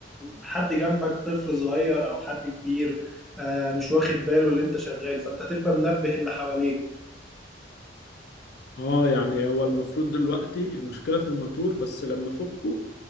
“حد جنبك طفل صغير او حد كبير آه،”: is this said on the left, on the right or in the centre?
Centre